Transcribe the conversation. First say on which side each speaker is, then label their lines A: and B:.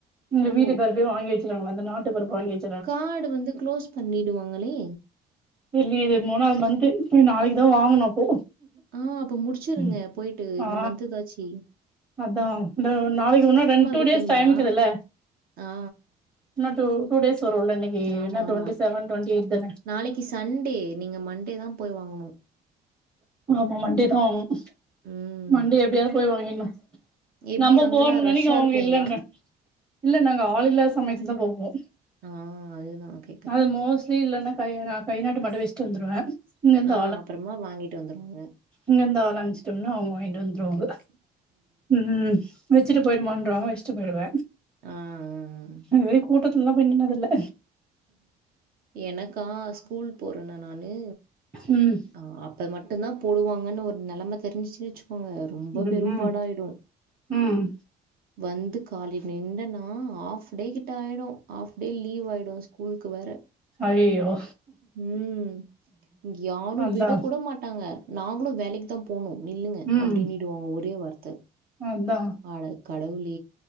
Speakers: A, on the right; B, on the right.
A: எங்க
B: ஓ
A: வீட்டுக்காரு வாங்கி வெச் க்கிறாங்க அந்த நாட்டு பருப்ப வாங்கி வெச்
B: காடு வந்து குளோஸ் பண்ணிடுவாங்களே
A: <unintelligible> இது மூணாவ்து மன்த்து பேய் நாளிக்கிதா வாங்கனு அப்போ
B: ஆ அப்ப முடுச்சுருங்க
A: ம்.
B: போயிட்டு இந்த
A: ஆ
B: மந்த்து எதாச்சி
A: அதா இந்த நாளிக்கி உன்னா ரெண் டூ
B: விட்டிங்கன்னா
A: டேஸ் டைமிக்குதுல்ல
B: ஆ ஆ.
A: என்ன தூ டூ டேஸ் வருல்ல இன்னிக்கி
B: ஆமா
A: என்ன
B: ஆமா
A: டுவெண்டி செவன் டுவெண்டி எய்ட் தான
B: நாளைக்கு சண்டே நீங்க மண்டே தா போய் வாங்கணு
A: ஆமா மண்டே தா வாங்னு
B: ம்
A: மண்டே எப்டியாவ்து போய் வாங்கின்னு
B: எப்படி
A: நம்ம
B: அங்கெல்லாம்
A: போறோன்னனைக்கி
B: ரஷ்ஷாக
A: அவங்க
B: இருக்குங்களா
A: இல்லங்ங்க இல்ல நாங்க ஆள் இல்லா சமயத்துதா போவோ
B: ஆ அதுதான் கேட்குறேன்
A: அது மோஸ்ட்லி இல்லன்னா கை நா கை நாட்டு மட்டு வெச்சுட்டு வந்துருவே இங்கருந்து
B: ஆ அப்றமா வாங்கிட்டு வந்துருவாங்க
A: இங்கந்து ஆளம்ச்டோம்னா அவங்க வாங்கிட்டு வந்துருவாங்க
B: ஓகே.
A: ம் வெச்சுட்டு போய்டுமான்றாங்க வெச் ச்சு போய்டுவ
B: அ அ அ
A: <unintelligible> கூட்டத்துல்லா பேய் நின்னதில்ல
B: எனக்கா ஸ்கூல் போறனா நானு
A: ம்
B: அ அப்ப மட்டுந்தா போடுவாங்கன்னு ஒரு நெலம தெரிஞ்சிச்சுன்னு வச்சுக்கோங்க ரெம்ப
A: ம்
B: பெரும்பாடாயிடு
A: ம் ம்
B: வந்து காலே நின்டன்னா ஆஃப் டே கிட்ட ஆயிடு ஆஃப் டே லீவாயிடு கூல்க்கு வேற
A: அய்யயோ
B: ம் யாரு
A: அதா
B: விட கூட மாட்டாங்க நாங்களு வேலக்கி தா போணு நில்லுங்க
A: ம்
B: அப்டின்னிடுவாங்க ஒரே வார்த்த
A: ம் அதா
B: அட கடவுளே